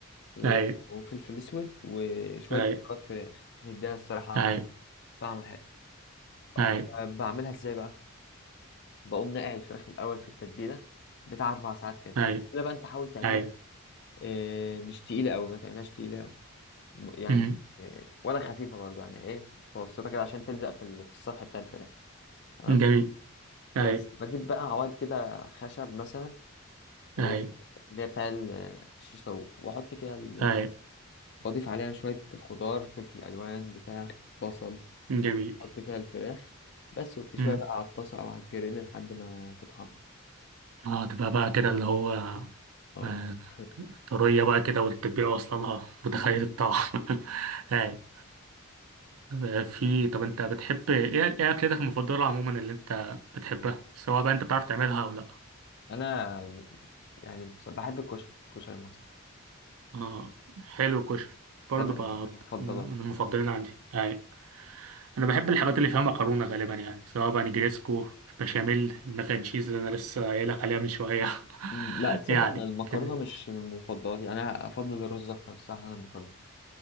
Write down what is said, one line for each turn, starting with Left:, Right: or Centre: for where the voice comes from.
Left: و-
Right: ايوه
Left: وفلفل أسود وشوية
Right: ايوه
Left: بهارات فراخ بتديها الصراحة
Right: ايوه
Left: طعم حلو أه،
Right: ايوه ايوه
Left: بعملها ازاي بقى؟ بقوم نقع الفراخ الأول في التتبيلة بتاع أربع ساعات كده التتبيلة
Right: ايوه
Left: بقى أنت حاول تعملها
Right: ايوه
Left: إيه مش تقيلة أوي ما تعملهاش تقيلة أوي م- يعني
Right: أمم،
Left: إيه ولا خفيفة برضه يعني إيه متوسطة كده عشان تلزق في ال- في السطح بتاع الفراخ تمام
Right: جميل ايوه
Left: بس بجيب بقى عواد كده خشب مثلا إيه،
Right: ايوه
Left: اللي هي بتاع ال- الشيش طاووق واحط فيها ال...
Right: ايوه
Left: بضيف عليها شويه خضار فلفل الوان بتاع بصل
Right: جميل
Left: احط فيها الفراخ بس وبتشويها
Right: أمم.
Left: بقى على الطاسه او على الجريل لحد ما تتحمر
Right: اه تبقى بقى كده اللي هو
Left: اه
Right: آه،
Left: <laughs>
Right: طرية بقى كده والتتبيلة واصلة لها متخيل
Left: جي
Right: الطعم <laughs> ايوه آه، في طب انت بتحب ايه ايه اكلتك المفضله عموما اللي انت بتحبها سواء بقى انت بتعرف تعملها او لا
Left: انا يعني بص- بحب الكشري الكشري المصري
Right: اه حلو كشري برضه
Left: ده من
Right: بقى
Left: ده من مفضلاتي
Right: من من المفضلين عندي يعني انا بحب الحاجات اللي فيها مكرونه غالبا يعني سواء بقى نجريسكو بشاميل الماك اند تشيز اللي انا لسه قايلك عليها من شويه
Left: مم،
Right: <laughs>
Left: لا تصدق
Right: يعني
Left: انا المكرونه
Right: كده
Left: مش من مفضلاتي انا افضل الرز اكتر صح انا المكرونه